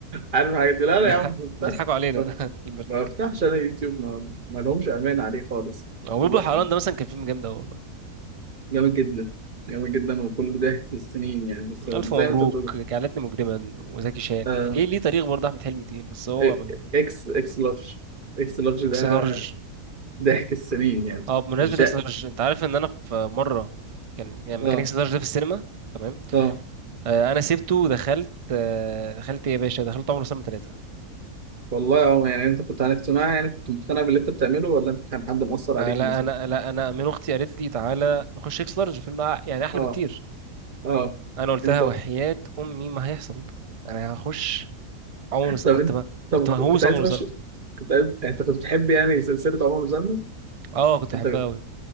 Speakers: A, on the right; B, on the right.
A: عارف الحاجات دي لا
B: بيضحك-
A: لا يا عم ما بفتحش
B: بيضحكوا علينا
A: ما
B: <laughs> البلد
A: ما بفتحش انا يوتيوب ما, ما لهمش امان عليه خالص
B: هو بلبل
A: هو
B: حيران ده مثلا كان فيلم جامد قوي والله
A: جامد جدا جامد جدا وكل ده في السنين يعني بس زي
B: ألف مبروك
A: ما انت بتقول
B: جعلتني مجرما وزكي شان
A: آه...
B: ليه ليه تاريخ برضه أحمد حلمي تقيل بس هو
A: إيه،
B: ما
A: اكس اكس لارج اكس لارج
B: إكس
A: ده
B: لارج
A: ضحك السنين يعني
B: اه بمناسبة
A: مش ده
B: إكس لارج أنت عارف إن أنا في مرة كان يعني لما
A: اه
B: كان إكس لارج ده في السينما تمام
A: اه
B: آه، أنا سبته ودخلت آه، دخلت إيه يا باشا دخلت عمر وسلمى ثلاثة
A: والله اه يعني انت كنت عن اقتناع يعني كنت مقتنع باللي انت بتعمله ولا انت كان حد مؤثر
B: آه
A: عليك
B: لا
A: مثلا
B: انا لا انا من اختي قالت لي تعالى نخش اكس لارج فيلم أع- يعني احلى
A: اه
B: بكتير
A: اه
B: انا قلت
A: انت
B: لها وحياة
A: <laughs>
B: امي ما هيحصل انا هخش عمر وسلمى
A: طب
B: كنت
A: انت
B: ما
A: طب
B: كنت مهووس
A: كنت عايز
B: عمر
A: تخش
B: وسلمى
A: كنت عايز... يعني انت كنت بتحب يعني سلسله عمر زلمه
B: اه كنت
A: انت
B: بحبها قوي